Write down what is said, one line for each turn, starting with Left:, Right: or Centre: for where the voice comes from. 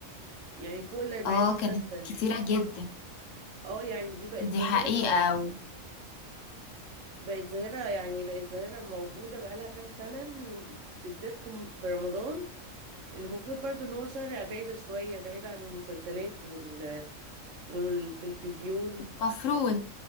Right: يعني فوق الأربعين
Left: اه
Right: مسلسل
Left: كانت كتيرة جدا
Right: اه يعني دي بقت
Left: دي
Right: ظاهرة
Left: حقيقة
Right: بقت ظاهرة يعني بقت ظاهرة موجودة بقالها كام سنة إن- بالذات في م- في رمضان اللي المفروض برضو ان هو شهر عبادة شوية بعيد عن المسلسلات وال... والتلفزيون
Left: مفروض